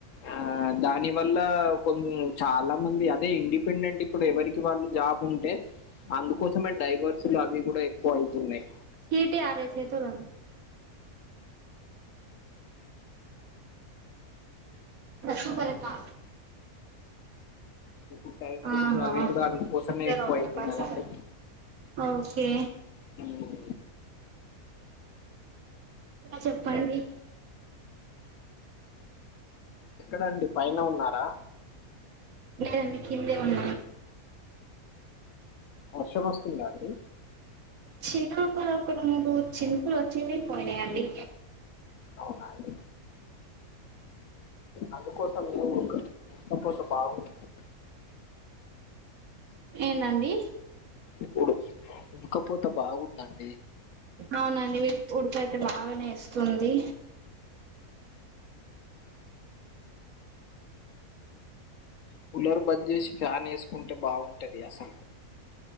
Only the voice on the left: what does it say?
ఆ దాని వల్ల కొం చాలా మంది అదే ఇండిపెండెంట్ ఇప్పుడు ఎవరికి వాళ్ళు జాబ్ ఉంటే అందుకోసమే డైవర్సులు అవి కూడా ఎక్కువ అయితున్నాయ్
ఇప్పుడు డైవర్స్
అవి గూడా అందుకోసమే
ఎక్కువ అయితున్నదండి.
హ్మ్.
ఎక్కడండి పైన ఉన్నారా
వర్షం వస్తుందా అండి
అవునా అండి. అందుకోసం మేము ఒక్క ఉక్క పోత బాగుందండి
ఇపుడు ఉక్కపోతే బాగుందండి
కూలర్ బంద్ చేసి ఫ్యాన్ వేసుకుంటే బాగుంటది అసలు